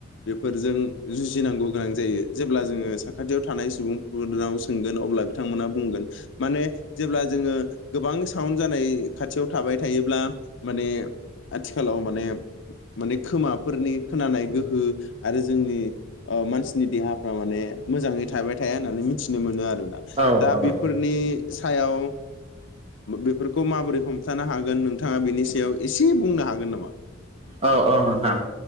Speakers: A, on the left; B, on the right.
A: बेफोरजों जुजिनांगौ गोनां जायो जेब्ला जोङो साखाथियाव थानाय सुबुंफोरनाव सोंगोन अब्ला बिथांमोना बुंगोन माने जेब्ला जोङो गोबां साउन्ड जानाय खाथियाव थाबाय थायोब्ला माने आथिखालाव माने माने खोमाफोरनि खोनानाय गोहो आरो जोंनि मानसिनि देहा थ माने मोजाङै थाबाय थाया होननानै मिथिनो मोनो आरोोना
B: औ
A: दा
B: औ
A: बेफोरनि सायाव बेफोरखौ माबोरै हमथानो हागोन नोंथाङा बिनि सायाव एसे बुंनो हागोन नामा?
B: औ औ नोंथां